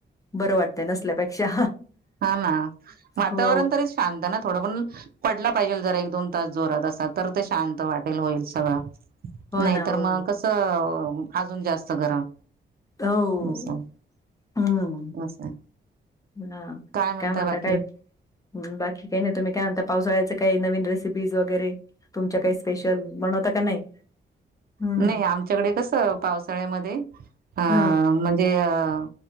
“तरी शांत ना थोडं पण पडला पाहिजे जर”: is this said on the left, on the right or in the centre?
Right